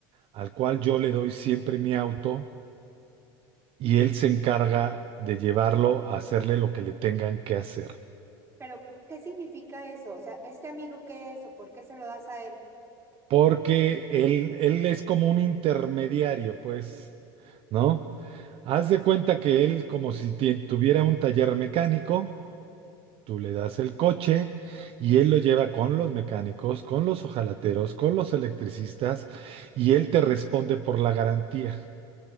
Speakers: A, on the right; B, on the right.
A: al cual yo le doy siempre mi auto y él se encarga de llevarlo a hacerle lo que le tengan que hacer,
B: Pero, ¿qué significa eso? O sea, ¿este amigo qué es o por qué se lo das a él?
A: porque él, él es como un intermediario, pues, ¿no? Haz de cuenta que él como si tie- tuviera un taller mecánico. Tú le das el coche y él lo lleva con los mecánicos, con los hojalateros, con los electricistas y él te responde por la garantía.